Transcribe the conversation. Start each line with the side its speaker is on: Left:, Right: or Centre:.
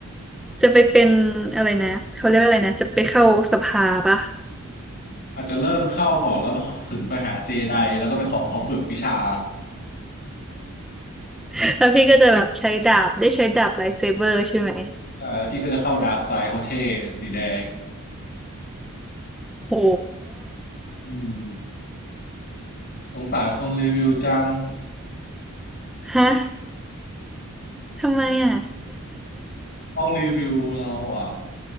Centre: จะไปเป็นอะไรนะเขาเรียกว่าอะไรนะจะไปเข้าสภาปะ
Left: อาจจะเริ่มเข้าก่อนแล้วก็ถึงไปหาเจไดแล้วก็ไปขอเขาฝึกวิชา
Centre: <laughs> แล้วพี่ก็จะแบบใช้ดาบได้ใช้ดาบไลท์เซเบอร์ใช่ไหม
Left: ใช่แล้วพี่ก็จะเข้าดาร์กไซด์เขาเท่สีแดง
Centre: โห
Left: อืมสงสารคนรีวิวจัง
Centre: ฮะทำไมอ่ะ
Left: ห้องรีวิวเราอ่ะ